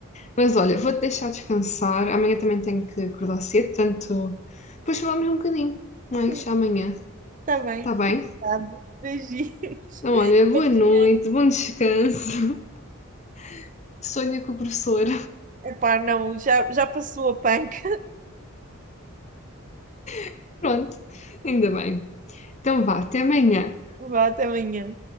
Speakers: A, on the left (about 30°); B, on the right (about 35°).
A: Mas olha, vou-te deixar descansar. Amanhã também tenho que acordar cedo, portanto, depois falamos um bocadinho, mas
B: <laughs>
A: amanhã,
B: Está bem,
A: está bem?
B: obrigado. Beijinhos.
A: Então,
B: <laughs>
A: olha, boa noite, bom descanso. <laughs> Sonha com o professor.
B: Epá, não, já, já passou a panca.
A: <laughs> Pronto, ainda bem. Então vá, até amanhã.
B: Vá, até amanhã.